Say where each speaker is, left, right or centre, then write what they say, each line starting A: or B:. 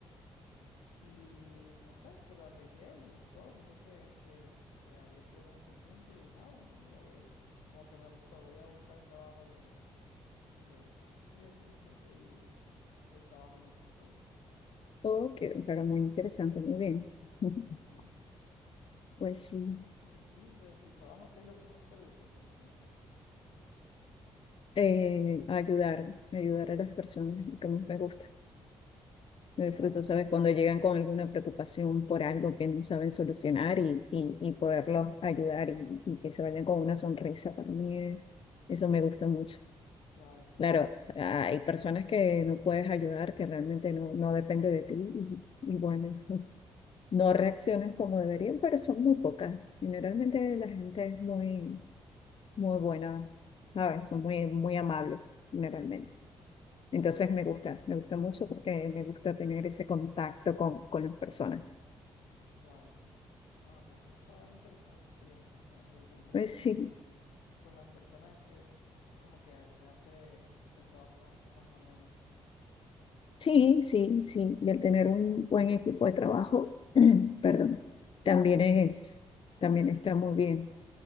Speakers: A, on the left; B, on the left.
A: Y no sé, se lo arreglé, le gustó, dijo que, que, que había sido muy eficiente y dije, ah, bueno, mira, voy, como que me gustó, voy a buscar trabajo de, de esto. Y así conseguí el trabajo en el que estoy.
B: Ok, pero muy interesante, muy bien. <laughs>
A: Ujú.
B: Pues sí.
A: ¿Y ti, de tu trabajo, qué es lo que más te gusta, por ejemplo?
B: Eh, ayudar, ayudar a las personas, lo que más me gusta. Lo
A: Claro,
B: disfruto, ¿sabes? Cuando llegan con alguna preocupación por algo que no saben solucionar y, y, y poderlos ayudar y, y que se vayan con una sonrisa, para mí es- eso me gusta mucho.
A: claro, claro.
B: Claro, hay personas que no puedes ayudar, que realmente no, no depende de ti y, y bueno,
A: Ujú.
B: <laughs> no reaccionan como deberían, pero son muy pocas. Generalmente la gente es muy, muy buena, ¿sabes? Son muy, muy amables, generalmente.
A: Sí,
B: Entonces me gusta, me gusta mucho porque me gusta tener ese contacto con, con las personas.
A: claro. Ah, pues eso está interesante, sí, el, corta- el contacto
B: Pues
A: con,
B: sí,
A: con las personas eh, como que te hace el trabajo más, más ameno.
B: sí, sí, sí. Y el tener un buen equipo de trabajo, <clears throat> perdón, también es, también está muy bien.